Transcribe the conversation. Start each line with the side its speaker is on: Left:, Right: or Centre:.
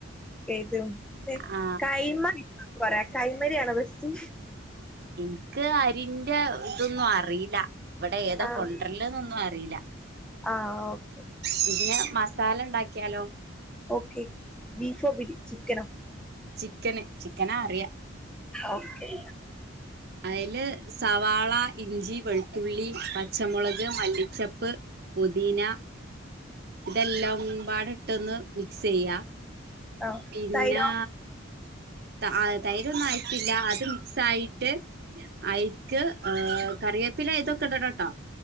Centre: ഏത് ഒത്തെ
Right: ആ
Centre: കൈമ <unintelligible> പറയാ കൈമരി ആണോ ബസ്റ്റ്
Right: ഇൻക് അരിന്റെ ഹ് ഇതൊന്നും അറിയില്ല ഇവ്ടെ ഏതാ
Centre: ആഹ്
Right: കൊണ്ടര്ല്ന്നൊന്നും അറിയില്ല
Centre: ആഹ് ഓക്കെ
Right: പിന്നെ മസാലണ്ടക്കിയാലോ
Centre: ഓക്കെ ബീഫോ ബി ചിക്കനോ
Right: ചിക്കന് ചിക്കനാ അറിയ
Centre: ഓക്കെ
Right: അയ്ല് സവാള ഇഞ്ചി വെൾത്തുള്ളി പച്ചമുളക് മല്ലിച്ചപ്പ് പൊതിനാ തെല്ലാം പാടെട്ടൊന്ന് മിക്സേയ്യാ
Centre: ആഹ്
Right: പിന്നെ
Centre: തൈരോ
Right: ത അഹ് തൈരൊന്നും ആയിട്ടില്ല അത് മിക്സായിട്ട് ആയി യിക്ക് ആഹ് കറിവേപ്പില ഇതൊക്കെ ഇടണട്ടൊ